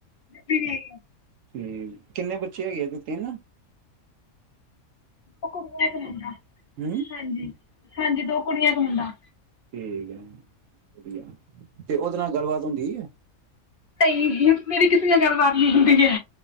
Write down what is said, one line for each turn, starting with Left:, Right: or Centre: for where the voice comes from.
Left: ਉੱਥੇ ਵਿਹਾਈ ਐ।
Right: ਠੀਕ, ਕਿੰਨੇ ਬੱਚੇ ਹੈਗੇ ਉਹਦੇ ਤਿੰਨ?
Left: ਦੋ ਕੁੜੀਆਂ ਇੱਕ ਮੁੰਡਾ,
Right: ਹੂੰ
Left: ਹਾਂਜੀ-ਹਾਂਜੀ, ਦੋ ਕੁੜੀਆਂ ਇੱਕ ਮੁੰਡਾ।
Right: ਠੀਕ ਹੈ ਵਧੀਆ। ਤੇ ਉਹਦੇ ਨਾਲ ਗੱਲਬਾਤ ਹੁਣ ਠੀਕ ਐ।
Left: ਨਹੀਂ ਮੇਰੀ ਕਿਸੇ ਨਾਲ ਗੱਲਬਾਤ ਨੀ ਹੁੰਦੀ ਐ।